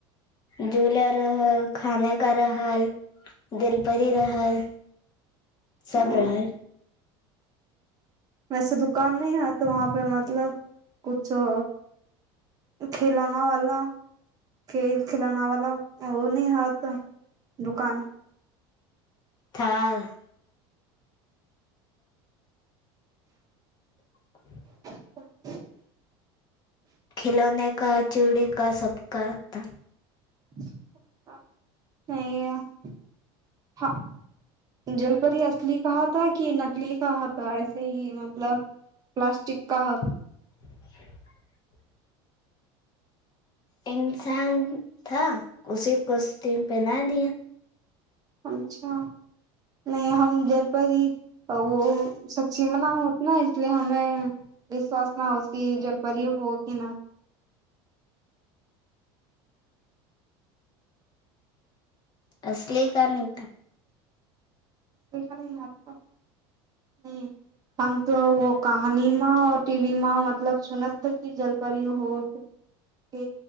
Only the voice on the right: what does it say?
उला
वैसे दुकान नहि हय तऽ वहाँ पे मतलब कुछो खेलौना वाला खेल खिलौना वाला ओ न ह त दुकान
<inaudible>
<inaudible> जलपरी असली कहाथा कि नकली कहाथा ऐसे ही मतलब प्लास्टिक का हक
अच्छा, नै हम जलपरी ओ सच्ची मना होत ने इस्लिये हमे विश्वास न होस कि जलपरी हो कि न।
देखली ह कि हम तो ओ कहानी म टिवी म मतलब सुनत जल पर होत क